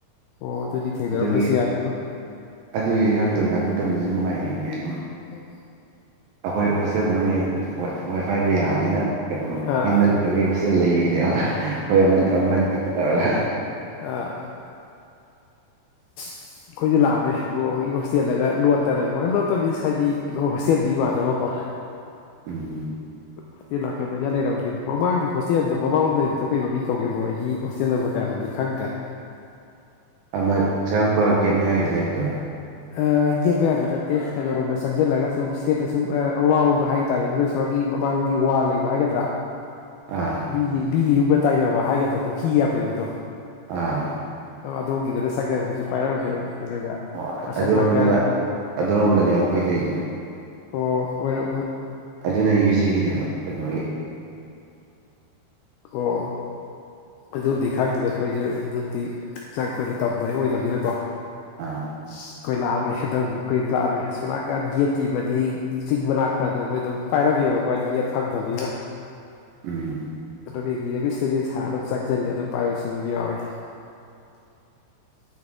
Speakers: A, on the left; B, on the right.
A: ꯑꯣ ꯑꯗꯨꯗꯤ ꯊꯦꯡꯅꯔꯝꯕꯁꯨ
B: ꯑꯗꯨꯒꯤ
A: ꯌꯥꯏ ꯍꯣꯏ
B: ꯑꯗꯨꯒꯤ ꯏꯔꯥꯡ ꯇꯧꯔꯤꯀꯥꯟ ꯃꯇꯝꯗꯨꯁꯨ ꯅꯨꯡꯉꯥꯏꯈꯤꯕꯅꯦ ꯑꯗꯨꯝ
A: ꯎꯝ
B: ꯑꯩꯈꯣꯏ ꯍꯣꯁꯇꯦꯜ ꯃꯅꯨꯡꯗ ꯋꯥꯏ ꯐꯥꯏꯗ ꯌꯥꯕꯅꯤꯅ ꯀꯝ
A: ꯑꯥ
B: ꯌꯨꯝꯗ ꯂꯩ ꯑꯗꯩꯩ ꯍꯣꯁꯇꯦꯜ ꯂꯩꯕꯤꯅꯦꯕ ꯈꯣꯏ ꯑꯃꯅꯤ ꯑꯃꯅꯤ ꯊꯛꯇ ꯇꯧꯔꯒ
A: ꯑꯥ
B: <inaudible>
A: ꯑꯩꯈꯣꯏꯁꯨ ꯂꯥꯛꯑꯝꯃꯦ ꯕ꯭ꯔꯣ ꯍꯣꯏꯒꯤ ꯍꯣꯁꯇꯦꯜꯗꯒ ꯂꯣꯠꯇꯅꯀꯣ ꯂꯣꯠꯄ ꯃꯤꯟꯁ ꯍꯥꯏꯗꯤ ꯍꯣꯁꯇꯦꯜꯗꯨꯏ ꯃꯥꯟꯅꯕꯀꯣ
B: ꯎꯝ
A: ꯍꯣꯇꯦꯜ ꯅꯥꯀꯟꯗꯒ ꯂꯩꯔꯝꯃꯤ ꯃꯃꯥꯡꯒꯤ ꯍꯣꯁꯇꯦꯜꯗꯣ ꯃꯃꯥꯡꯂꯣꯝ ꯂꯩꯕꯗꯣ ꯀꯩ ꯃꯃꯤꯡ ꯀꯧꯒꯦ ꯕ꯭ꯔꯣ ꯍꯣꯏꯒꯤ ꯍꯣꯁꯇꯦꯜ ꯅꯝꯕꯔ ꯀꯌꯥꯅꯣ ꯗꯨꯗꯤ ꯈꯪꯗ꯭ꯔꯦ
B: ꯑꯃ ꯆꯪꯉꯛꯄ ꯒꯦꯠ ꯃꯌꯥꯒꯤꯗ ꯂꯩꯕꯗꯨꯔꯣ
A: ꯑ ꯒꯦꯠ ꯃꯌꯥꯗꯤ ꯅꯠꯇꯦ ꯀꯩꯅꯣꯔꯣꯝꯗ ꯆꯪꯁꯤꯜꯂꯒ ꯁꯨꯝ ꯏꯁꯇꯦꯠꯇ ꯁꯨꯝ ꯑ ꯑꯋꯥꯡꯔꯣꯝꯗ ꯍꯥꯏ ꯇꯥꯔꯦ ꯑꯗꯨ ꯇꯣꯒꯤ ꯃꯃꯥꯡꯂꯣꯝꯒꯤ ꯋꯥꯜ ꯂꯩꯕ ꯍꯥꯏꯒꯗ꯭ꯔꯥ
B: ꯑꯥ
A: ꯃꯤꯒꯤ ꯃꯤꯒꯤ ꯌꯨꯝꯒ ꯇꯥꯏꯅꯕ ꯍꯥꯏꯒꯗ꯭ꯔꯥ ꯄꯨꯈ꯭ꯔꯤ ꯌꯥꯝ ꯂꯩꯕꯗꯣ
B: ꯑꯥ
A: ꯑ ꯑꯗꯣꯝꯒꯤꯗꯨꯅ ꯆꯪꯉꯒ ꯍꯧꯖꯤꯛ ꯄꯥꯏꯔꯝꯃꯦ ꯑꯗꯨꯒ
B: ꯑꯣ
A: ꯑꯁꯣꯝ
B: ꯑꯗꯨꯔꯣꯝꯗꯅ
A: ꯅꯥꯀꯟ
B: ꯑꯗꯨꯔꯣꯝꯗꯅꯦꯕ ꯑꯩꯈꯣꯏ ꯂꯩꯔꯤꯖꯦ
A: ꯑꯣ ꯈꯣꯏꯅ__
B: ꯑ ꯑꯗꯨꯅ ꯌꯨ ꯖꯤꯒꯤꯅꯦꯕ ꯀꯩꯅꯣꯒꯤ
A: ꯑꯣ ꯑꯗꯨꯕꯨꯗꯤ ꯈꯪꯗ꯭ꯔꯦ ꯑꯩꯈꯣꯏꯁꯨ ꯑꯗꯨꯗꯤ ꯆꯪꯈꯣꯏꯅ ꯇꯝ__ ꯕ ꯑꯣꯏꯗꯕꯅꯤꯅꯀꯣ
B: ꯑꯥ
A: ꯏꯁ ꯑꯩꯈꯣꯏ ꯂꯥꯛꯑꯝꯃꯤ ꯍꯟꯗꯛꯃꯨꯛ ꯈꯣꯏ ꯂꯥꯛꯑꯝꯃꯤ ꯑꯁꯣꯝꯅꯥꯛꯀꯟ ꯒꯦꯠꯀꯤ ꯃꯅꯤꯡ ꯆꯤꯡ ꯃꯅꯥꯛꯀꯥꯗꯨ ꯑꯩꯈꯣꯏ ꯑꯗꯨꯝ ꯄꯥꯏꯔꯝꯃꯦꯕꯀꯣ ꯍꯥꯏꯗꯤ ꯅꯦꯠ ꯐꯪꯗꯕꯅꯤꯅ
B: ꯎꯝ
A: ꯑꯗꯨꯒ <unintelligible> ꯁ꯭ꯇꯨꯗꯤꯟ ꯁꯥꯔ ꯑꯗꯨꯝ ꯆꯪꯖꯤꯜꯂꯦ ꯑꯗꯨꯝ ꯄꯥꯏꯕꯁꯨ ꯗꯨꯝ ꯌꯥꯎꯋꯤ